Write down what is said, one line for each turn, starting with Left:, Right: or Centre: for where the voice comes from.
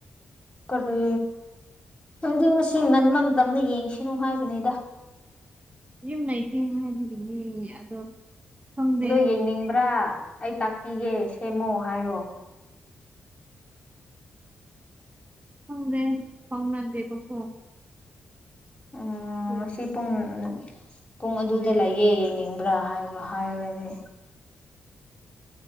Left: ꯀꯔꯤ ꯅꯪꯗꯤ ꯉꯁꯤ ꯉꯟꯕ ꯃꯇꯝꯗ ꯌꯦꯡꯁꯤꯅꯨ ꯍꯥꯏꯕꯅꯤꯗ
Right: ꯌꯨꯝ ꯂꯩꯇꯦ ꯍꯥꯏꯕꯒꯤꯅꯤ ꯑꯗꯣ ꯈꯪꯗꯦ
Left: ꯑꯗꯣ ꯌꯦꯡꯅꯤꯡꯕ꯭ꯔꯥ ꯑꯩ ꯇꯥꯛꯄꯤꯒꯦ ꯁꯦꯝꯃꯣ ꯍꯥꯏꯌꯣ
Right: ꯈꯪꯗꯦ ꯐꯥꯎꯅꯗꯦꯕꯀꯣ
Left: ꯑꯣ
Right: ꯑꯗꯣ
Left: ꯉꯁꯤ ꯄꯨꯡ ꯄꯨꯡ ꯑꯗꯨꯗ ꯂꯩꯌꯦ ꯌꯦꯡꯅꯤꯡꯕ꯭ꯔꯥ ꯍꯥꯏꯕ ꯍꯥꯏꯔꯒꯗꯤ